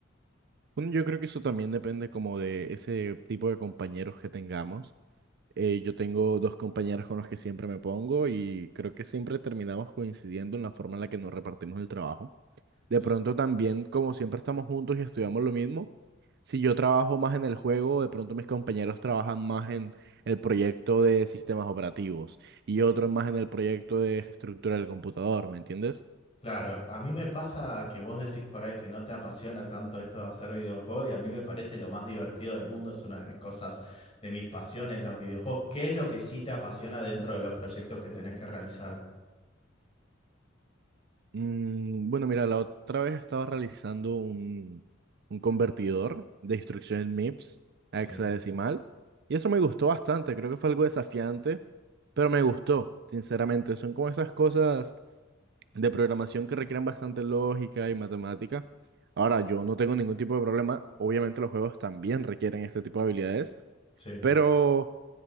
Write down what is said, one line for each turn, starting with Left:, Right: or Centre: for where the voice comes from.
Right: Bueno, yo creo que eso también depende como de ese tipo de compañeros que tengamos. Eh, yo tengo dos compañeros con los que siempre me pongo y creo que siempre terminamos coincidiendo en la forma en la que nos repartimos el trabajo. De
Left: Sí.
Right: pronto también, como siempre estamos juntos y estudiamos lo mismo, si yo trabajo más en el juego, de pronto mis compañeros trabajan más en el proyecto de sistemas operativos y otros más en el proyecto de estructura del computador, ¿me entiendes?
Left: Claro, a mí me pasa que vos decís por ahí que no te apasiona tanto esto de hacer videojuegos y a mí me parece lo más divertido del mundo, es una de mis cosas, de mis pasiones, los videojuegos. ¿Qué es lo que sí te apasiona dentro de los proyectos que tenés que realizar?
Right: Mm, bueno, mira, la otra vez estaba realizando un, un convertidor de instrucciones MIPS a
Left: Sí,
Right: hexadecimal y eso me gustó bastante, creo que fue algo desafiante, pero me gustó, sinceramente, son como esas cosas de programación que requieren bastante lógica y matemática. Ahora, yo no tengo ningún tipo de problema. Obviamente los juegos también requieren este tipo de habilidades,
Left: sí,
Right: pero